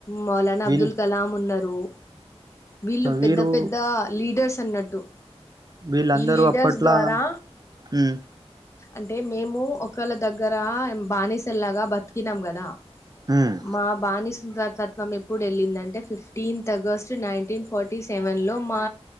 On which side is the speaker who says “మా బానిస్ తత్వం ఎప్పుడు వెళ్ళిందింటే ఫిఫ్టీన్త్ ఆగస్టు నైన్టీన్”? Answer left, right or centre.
Left